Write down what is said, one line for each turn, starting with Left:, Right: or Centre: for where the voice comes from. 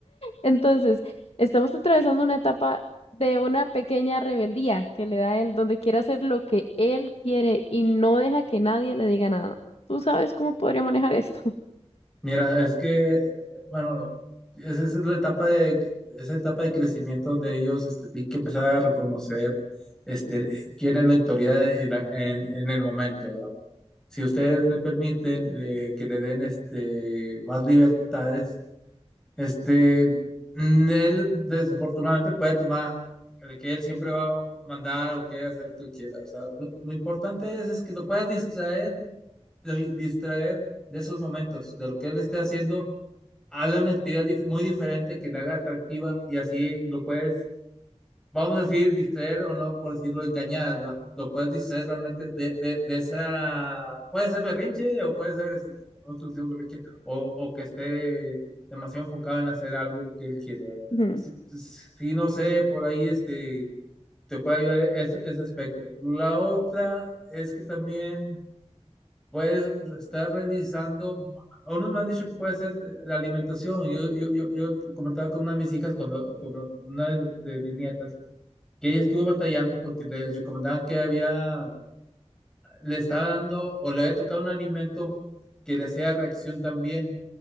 Left: Entonces, estamos atravesando una etapa de una pequeña rebeldía que le da él, donde quiere hacer lo que él quiere y no deja que nadie le diga nada. ¿Tú sabes cómo podría manejar esto?
Centre: Mira, es que, bueno, esa es la etapa de, esa etapa de crecimiento donde ellos este, tienen que empezar a reconocer este, quién es la autoridad en, la- en- en el momento, ¿verdad? Si ustedes le permiten eh, que le den este, más libertades Este, mm, él desafortunadamente puede tomar de que él siempre va a mandar o que hacer lo que él quiera. O sea, lo, lo importante es, es que lo puedas distraer, lo- distraer de esos momentos, de lo que él esté haciendo, hazle una actividad dif- muy diferente que le haga atractiva y así lo puedes vamos a decir, distraer o no, por decirlo, engañar, ¿verdad? Lo puedes distraer realmente de, de, de esa, puede ser berrinche o puede ser, este, como nosotros decimos berrinche, o, o que esté demasiado enfocado en hacer algo que él quiere, ¿verdad?
Left: Ujú.
Centre: Sí, sí, no sé, por ahí este, te puede ayudar ese, ese aspecto. La otra es que también puedes estar revisando, unos me han dicho que puede ser la alimentación, yo, yo, yo, yo comentaba con una de mis hijas, cuando, con una de mis nietas, que ella estuvo batallando porque le recomendaban que había, le estaba dando o le había tocado un alimento que le hacía reacción también,